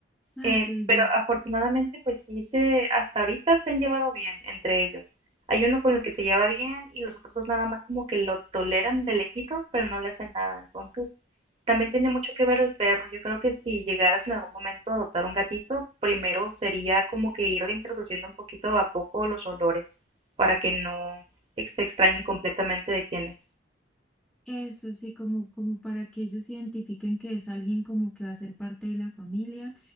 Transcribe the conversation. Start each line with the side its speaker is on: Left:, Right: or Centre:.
Centre: Ah,
Right: Eh,
Centre: qué belleza.
Right: pero afortunadamente, pues sí se, hasta ahorita se han llevado bien entre ellos. Hay uno con el que se lleva bien y los otros dos nada más como que lo toleran de lejitos, pero no le hacen nada. Entonces, también tiene mucho que ver el perro. Yo creo que si llegaras en algún momento a adoptar un gatito, primero sería como que irle introduciendo un poquito a poco los olores para que no ex- se extrañen completamente de quién es.
Centre: Eso sí, como, como para que ellos identifiquen que es alguien como que va a ser parte de la familia